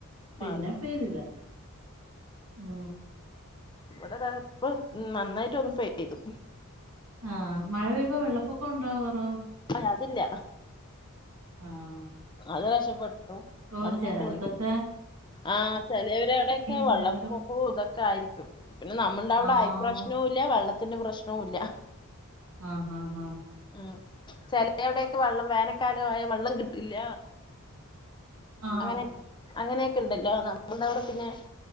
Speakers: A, on the right; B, on the left.
A: പിന്നെ
B: മാറി
A: പേരില ഉ
B: ഇവടെ ഇപ്പ നന്നായിട്ട് വന്ന് പ ചെയ്തു
A: ആഹ് മഴ പെയ്യ്പോ വെള്ളപ്പൊക്കം ഉണ്ടാവറോ
B: അ അതില്ല
A: ആഹ്
B: അത് രക്ഷപ്പെട്ടു
A: ഓ
B: അത്
A: ചെല
B: മാത്രമല്ല
A: ടത്തൊക്കെ
B: ആ ചിലവര അവിടെയൊക്കെ
A: ഭയങ്കര
B: വെള്ളപ്പൊക്കവും ഇതൊക്കെ ആയിരിക്കും പിന്നെ നമ്മുടെ അവിടെ
A: ആഹ്
B: ഐപ്രശ്നവും ഇല്ല വെള്ളത്തിന്റെ പ്രശ്നവും ഇല്ല
A: ആഹ് ഹഹ് ആഹ്
B: ഉം ചിലവിടെയൊക്കെ വെള്ളം വേനക്കാല ആയ വെള്ളം കിട്ടില്ല
A: ആഹ്
B: അങ്ങനെ അങ്ങനെയൊക്കെ ഇണ്ടല്ലോ നമ്മളുടെ അവിടെ പിന്നെ